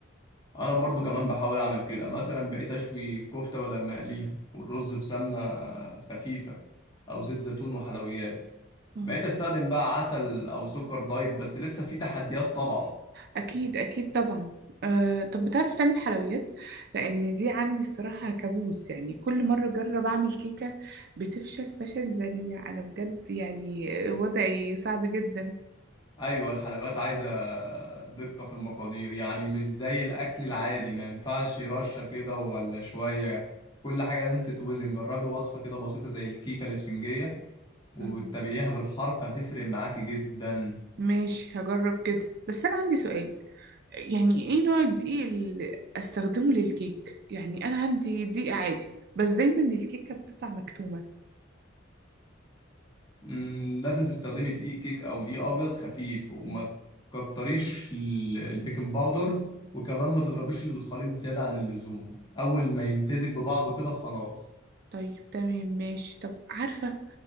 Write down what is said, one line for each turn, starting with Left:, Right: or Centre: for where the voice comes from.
Left: انا برضو كمان بحاول اعمل كده مثلا بقيت اشوي الكفته بدل ما اقليها والرز بسمنه خفيفه او زيت زيتون وحلويات
Right: مم.
Left: بقيت استخدم بقى عسل او سكر دايت بس لسه في تحديات طبعا
Right: اكيد اكيد طبعا أه طب بتعرف تعمل حلويات لان دي عندي الصراحة كابوس يعني كل مرة اجرب اعمل كيكة بتفشل فشل ذريع انا بجد يعني وضعي صعب جدا
Left: ايوه الحلويات عايزه دقه في المقادير يعني مش زي الاكل العادي ما ينفعش رشه كده ولا شويه كل حاجه لازم تتوزن جربي وصفه كده بسيطه زي الكيكه الاسفنجيه وتتابعيها
Right: مم.
Left: بالحركه هتفرق معاكي جدا
Right: ماشي هجرب كده بس انا عندي سؤال يعني ايه نوع الدقيق اللي استخدمه للكيك يعني انا عندي دقيق عادي بس دايما الكيكة بتطلع مكتومة
Left: مم، لازم تستخدمي دقيق كيك او دقيق ابيض خفيف وما تكتريش ال- البيكنج باودر وكمان ما تضربيش الخليط زيادة عن اللزوم اول ما يمتزج ببعضه كده خلاص
Right: طيب تمام ماشي طب عارفة